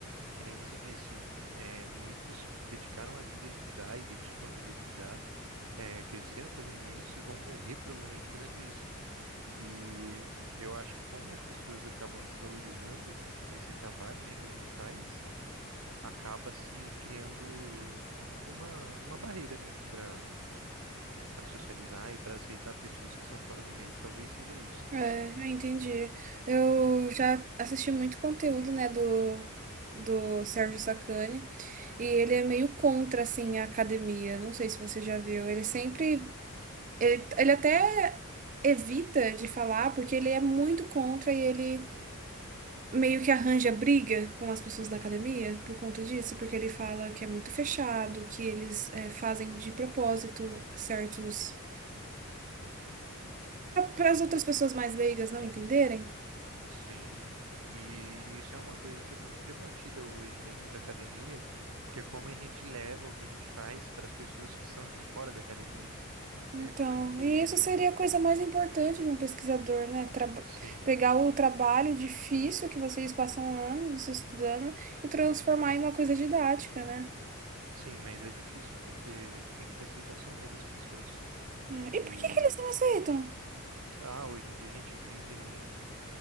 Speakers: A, on the right; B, on the right.
A: Que nem você disse, é, muitos dedicaram a vida a estudar e dedicam a vida a estudar é, cresceram fazendo isso e vão morrer provavelmente fazendo isso. E eu acho que como as pessoas acabam desvalorizando esse trabalho, né, que a gente faz, acaba se criando uma, uma barreira, né, para para socializar e para aceitar pessoas que são fora do meio. Talvez seja isso.
B: é, eu entendi. Eu já assisti muito conteúdo, né, do, do Sérgio Sacani, e ele é meio contra, assim, a academia. Não sei se você já viu. Ele sempre... Ele, ele até evita de falar, porque ele é muito contra e ele meio que arranja briga com as pessoas da academia por conta disso, porque ele fala que é muito fechado, que eles é, fazem de propósito certos para as outras pessoas mais leigas não entenderem.
A: Sim. E isso é uma coisa que é muito debatida hoje dentro da academia, que é como a gente leva o que a gente faz para as pessoas que são de fora da academia, né?
B: Então,
A: Porque,
B: e isso seria a coisa mais importante de um pesquisador, né? Traba-
A: sim.
B: pegar o trabalho difícil que vocês passam anos estudando e transformar em uma coisa didática, né?
A: Sim, mas é difícil porque tem que ter aceitação, né, das pessoas.
B: É,
A: E
B: E por que que eles não aceitam?
A: ah, hoje em dia a gente vive num